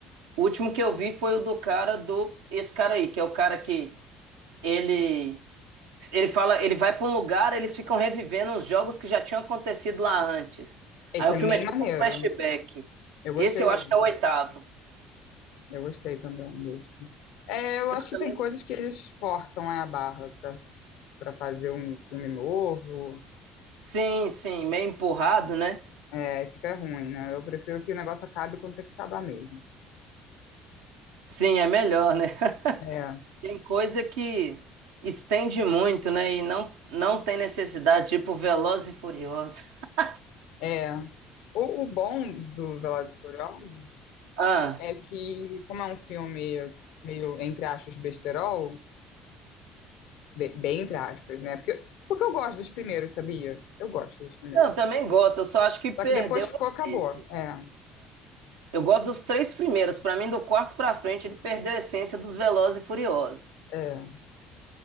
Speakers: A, on the right (about 80°); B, on the left (about 70°).
A: O último que eu vi foi o do cara do esse cara aí, que é o cara que ele ele fala, ele vai pra um lugar, eles ficam revivendo uns jogos que já tinham acontecido lá antes.
B: Esse
A: Aí o
B: é
A: filme
B: bem
A: é tipo
B: maneiro.
A: um flashback.
B: Eu gostei
A: Esse eu
B: dele.
A: acho que é o oitavo.
B: Eu gostei também desse. É, eu
A: Eu
B: acho que
A: também
B: tem coisas que eles forçam né, a barra pra, pra fazer um filme novo.
A: Sim, sim, meio empurrado, né?
B: É, fica ruim, né? Eu prefiro que o negócio acabe quando tem que acabar mesmo.
A: Sim, é melhor, né? <laughs>
B: É,
A: Tem coisa que estende muito, né? E não, não tem necessidade, tipo Veloz e Furioso. <laughs>
B: é. O, o bom do Velozes e Furiosos
A: Ah,
B: é que, como é um filme meio, entre aspas, besterol, be- bem entre aspas, né? Porque, porque eu gosto dos primeiros, sabia? Eu gosto dos primeiros.
A: não, eu também gosto, eu só acho que perdeu
B: Só que depois ficou,
A: a essência.
B: acabou. É,
A: Eu gosto dos três primeiros, pra mim, do quarto pra frente, ele perdeu a essência dos Veloz e Furiosos.
B: é,